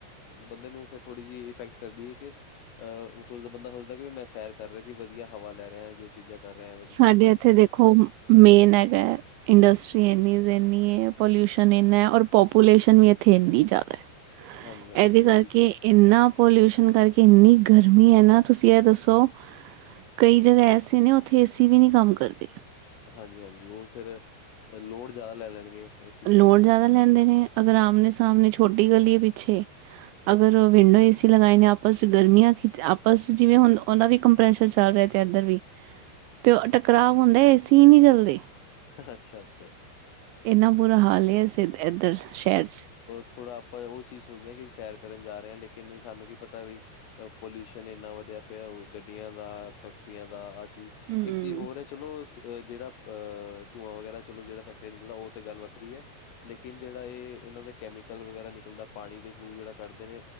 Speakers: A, on the left (about 80°); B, on the right (about 85°).
A: ਬੰਦੇ ਨੂੰ ਫਿਰ ਥੋੜ੍ਹੀ ਜਿਹੀ ਇਫੈਕਟ ਕਰਦੀ ਏ ਕਿ ਅਹ ਓ ਫਿਰ ਬੰਦਾ ਸੋਚਦਾ ਕਿ ਮੈਂ ਸੈਰ ਕਰ ਰਿਆ ਜੀ, ਵਧੀਆ ਹਵਾ ਲੈ ਰਿਆ ਜੇ ਚੀਜ਼ਾਂ ਕਰ ਰ‌ਏ ਆ।
B: ਸਾਡੇ ਏਥੇ ਦੇਖੋ ਮੇਨ ਹੈਗਾ। ਇੰਡਸਟਰੀ ਇਨੀ ਇਨੀ ਹੈ ਪੋਲਿਊਸ਼ਨ ਇੰਨਾ ਔਰ ਪਾਪੂਲੇਸ਼ਨ ਵੀ ਇੱਥੇ ਇੰਨੀ ਜ਼ਿਆਦਾ ਹੈ।
A: ਹਾਂਜੀ, ਹਾਂਜੀ
B: ਇਹਦੇ
A: ਉਹੀ
B: ਨਾਲ ਕੀ ਇੰਨਾ ਪੋਲਿਊਸ਼ਨ ਕਰਕੇ, ਇੰਨੀ ਗਰਮੀ ਹੈ ਨਾ ਤੁਸੀਂ ਇਹ ਦੱਸੋ ਕਈ ਜਗ੍ਹਾ ਐਸੇ ਨੇ ਉੱਥੇ ਏਸੀ ਵੀ ਨਹੀ ਕੰਮ ਕਰਦੇ।
A: ਹਾਂਜੀ- ਹਾਂਜੀ ਉਹ ਫਿਰ ਲੋਡ ਜ਼ਿਆਦਾ ਲੈ ਲੈਣਗੇ। ਏਸੀ ਕਈ
B: ਲੋੜ
A: ਜਗ੍ਹਾ
B: ਜ਼ਿਆਦਾ
A: ਤੇ
B: ਲੈਂਦੇ ਨੇ ਅਗਰ ਆਮਣੇ ਸਾਹਮਣੇ ਛੋਟੀ ਗਲੀ ਹੈ ਪਿੱਛੇ ਅਗਰ ਵਿੰਡੋ ਏ ਸੀ ਲਗਾਏ ਨੇ ਆਪਸ 'ਚ ਗਰਮੀਆਂ ਖਿੱਚ ਆਪਸ 'ਚ ਜਿਵੇਂ ਹੁਣ ਉਹਦਾ ਵੀ ਕੰਪਰੈਸ਼ਰ ਚੱਲ ਰਿਹਾ ਤੇ ਇਧਰ ਵੀ, ਤੇ ਉਹ ਟਕਰਾਵ ਹੁੰਦਾ ਏਸੀ ਹੀ ਨਹੀਂ ਚਲਦੇ
A: ਅੱਛਾ- ਅੱਛਾ।
B: ਇੰਨਾ ਬੁਰਾ ਹਾਲ ਹੀ ਇਸ ਏਧਰ ਸ਼ਹਿਰ 'ਚ
A: ਥੋੜ੍ਹਾ ਆਪਾਂ ਉਹ ਚੀਜ਼ ਸੋਚਦੇ ਹਾਂ ਕਿ ਸੈਰ ਕਰਨ ਜਾ ਰਹੇ ਹੈ, ਲੇਕਿਨ ਸਾਨੂੰ ਕੀ ਪਤਾ ਵੀ ਪੋਲਿਊਸ਼ਨ ਇੰਨਾ ਵਧਿਆ ਪਿਆ ਉਹ ਗੱਡੀਆਂ ਦਾ, ਫੈਕਟਰੀਆਂ ਦਾ ਆ ਚੀਜ਼
B: ਹੂੰ,
A: ਇੱਕ ਚੀਜ਼ ਹੋਰ ਹੈ। ਚਲੋ ਜਿਹੜਾ ਅ, ਧੂੰਆਂ ਵਗੈਰਾ ਚਲੋ ਜਿਹੜਾ ਫੈਕਟਰੀ ਨਿਕਲ ਉਹ ਤੇ ਗੱਲ ਵੱਖਰੀ ਹੈ ਲ ਲੇਕਿਨ ਜਿਹੜਾ ਇਹਨਾਂ ਦਾ ਕੈਮੀਕਲ ਵਗੈਰਾ ਨਿਕਲਦਾ ਪਾਣੀ ਦੇ ਥਰੂ ਜਿਹੜਾ ਕਢਦੇ ਨੇ